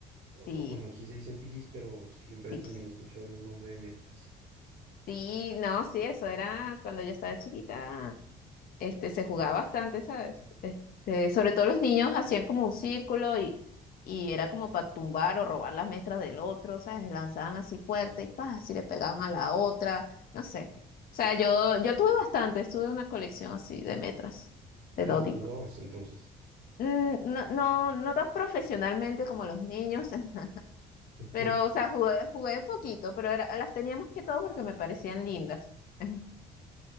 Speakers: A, on the right (about 65°); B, on the left (about 60°).
A: o-
B: Sí,
A: bueno, aquí se dicen piquis, pero siempre
B: piquis.
A: también he escuchado el nombre de metras.
B: Sí, no, sí, eso era cuando yo estaba chiquita. este, se jugaba bastante, ¿sabes? Este, sobre todo los niños hacían como un círculo y, y era como para tumbar o robar las metras del otro, ¿sabes? Lanzaban así fuerte y pa, así le pegaban a la otra, no sé. O sea, yo, yo tuve bastante, tuve una colección así de metras, de
A: Pero
B: todo tipo.
A: jugabas entonces.
B: Mm, No, no, no tan profesionalmente como los niños, <laughs>
A: <laughs>
B: pero, o sea, jugué, jugué poquito, pero era- las tenía más que todo porque me parecían lindas. <laughs>